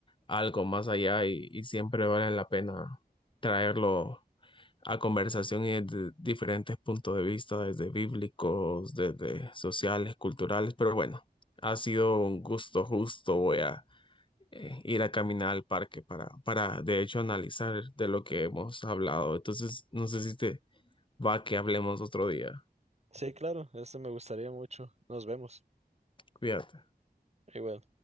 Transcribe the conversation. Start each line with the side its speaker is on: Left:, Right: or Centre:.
Left: algo más allá y, y siempre vale la pena traerlo a conversación y desde diferentes puntos de vista, desde bíblicos, desde sociales, culturales, pero bueno, ha sido un gusto justo. Voy a eh, ir a caminar al parque para, para, de hecho, analizar de lo que hemos hablado. Entonces, no sé si te va que hablemos otro día.
Right: Sí, claro, esto me gustaría mucho. Nos vemos.
Left: Cuídate.
Right: Igual.